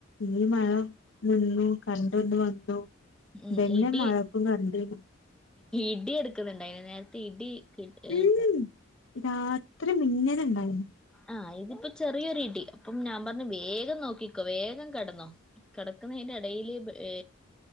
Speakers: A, on the left; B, in the centre.
A: ഇടീം മഴേം
B: ഉം
A: നിന്നു കരണ്ടൊന്ന് വന്നു
B: ഉം
A: ബെന്നെ
B: ഇടി
A: മഴക്കും കറണ്ടും
B: ഇടി എടുക്കുന്നുണ്ടായി നേരത്തെ ഇടി ഏതാ
A: ഉം രാത്രി മിന്നലു ആ
B: ആഹ് ഇതിപ്പോ ചെറിയൊരു ഇടി അപ്പം ഞാൻ പറഞ്ഞു വേഗം നോക്കിക്കോ വേഗം കെടന്നോ കെടക്കുന്നേന്റെ എടേല് ഏ